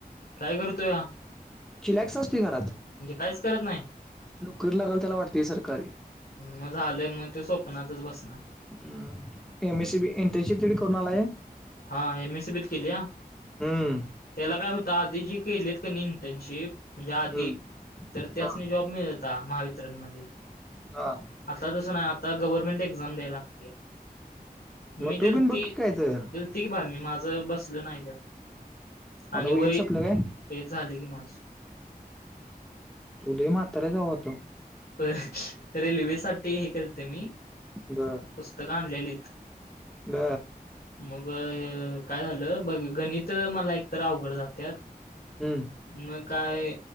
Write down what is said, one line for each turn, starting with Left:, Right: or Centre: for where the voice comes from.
Left: काय करतो या
Centre: चिलॅक्स असती घरात
Left: म्हणजे काहीच करत नाही
Centre: नोकरी लागाल त्याला वाटतेय सरकारी
Left: मग झालंय मग ते स्वप्नातच बसणार
Centre: ह M S C B internship तडे करून आला आहे
Left: हा एम एससी बीत केलीया
Centre: हम्म
Left: त्याला काय होत आधी जे केलेत का नाही इंटर्नशिप म्हणजे आधी
Centre: हम्म
Left: तर त
Centre: हा
Left: असने जॉब मिळता महावितरणमध्ये
Centre: हा
Left: आता तसं नाही आता गव्हर्नमेंट एक्झाम द्याय लाग
Centre: मग
Left: मी
Centre: तू
Left: दिलती
Centre: पण बघ की काय तर
Left: दि ते की बाय मी माझं बसल नाही त्यात
Centre: आता
Left: आणि
Centre: एज
Left: वय
Centre: संपलं
Left: ते
Centre: काय
Left: झाले की माझ
Centre: तुढ मात्र जाऊतो
Left: रे रेल्वेसाठी हे केलते मी
Centre: बर
Left: पुस्तक आणलेली
Centre: ब
Left: मग काय झालं बघ गणित मला एकतर अवघड जात
Centre: हम्म
Left: मग काय